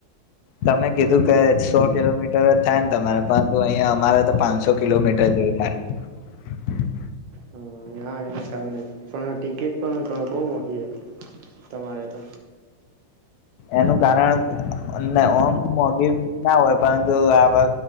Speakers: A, on the left (about 70°); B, on the right (about 75°).
A: તમે કીધું કે સો કિલોમીટર જ થાય ને તમારે પરંતુ અહિયાં અમારે તો પાંચસો
B: હા
A: કિલોમીટર જેવું થાય.
B: હા હા કારણે પણ ટિકિટ પણ બહ મોંઘી હતી તમારે તો
A: એનું કારણ ઓમ મોઘી ના હોય પરંતુ આ